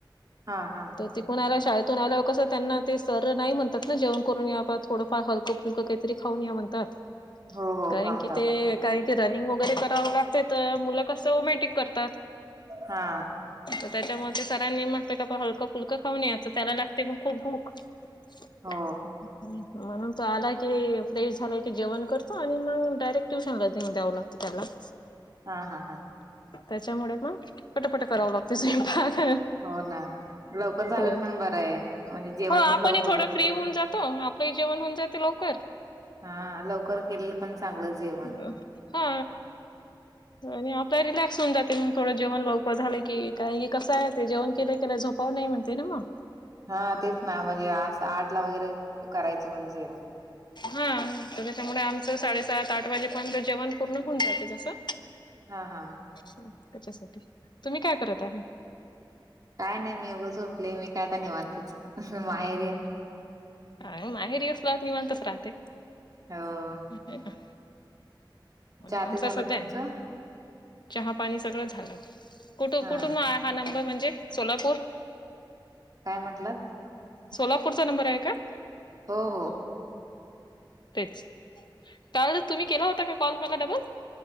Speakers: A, on the right; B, on the left.
A: हा हा
B: तिकून आला शाळेतून आल्या कस त्यांना ते सर नाही म्हणतात ना जेवण करून या बा थोडं. हलकं फुलकं काहीतरी खाऊन या म्हणतात
A: हो हो
B: कारण
A: खाऊन
B: की
A: जावं
B: ते
A: लागतं
B: काही ते रनिंग वगैरे करावं लागते तर मुलं कसं ओमॅटिक करतात.
A: हा
B: तर त्याच्यामुळे ते सरांनी म्हणते का हलकं फुलकं खाऊन या तर त्याला लागते मग खूप भूक अ
A: हो
B: हम् <unintelligible> म्हणून तो आला की फ्रेश झालाय की जेवण करतो आणि मग डायरेक्ट ट्युशनला जाऊ द्याव लागत त्याला <inaudible>
A: हा हा हा.
B: त्याच्यामुळे मग पटपट करावं लागते स्वयंपाक.
A: हो ना लवकर झालेलं
B: हो
A: पण बरं आहे म्हणजे जेवण
B: हो आपण
A: पण लवकर
B: थोडं
A: होते
B: फ्री होऊन जातो. जेवण होन जाते लकर
A: हा लवकर केलेलं पण चांगलं जेवण
B: हा. हा. आणि आपला रिलॅक्स होऊन जाते मग थोडं जेवण लवकर झालं की हे कसं आहे ते जेव केले केलं झोप. हो नाही म्हणते ना मग.
A: हा तेच ना म्हणजे असं आठ ला वगैरे करायचं म्हण जेवण.
B: हा तर त्याच्यामुळे आमचं साडेसात आठ वाजेपर्यच जेवण पूर्ण होऊन जाते जसं.
A: हा हा.
B: त्याच्यासाठी तुम्ही काय करत आहे.
A: काय नाही मी उगं झोपले मी काय निवादतच. ह वय <unintelligible>
B: अ माहेरी असलात निवात तच राहते.
A: हो.
B: एका.
A: चहा
B: आमच
A: ते झालं
B: सध्य
A: तुमचं
B: चहा पाणी सगळं झालं कुठ
A: हा
B: कुटुंब. हा नंबर म्हणजे सोलापूर.
A: काय म्हंटलत.
B: सोलापूरचा नंबर आहे का.
A: हो हो.
B: तेच त्यावेळेस तुम्ही केला होता का कॉल मला डबल.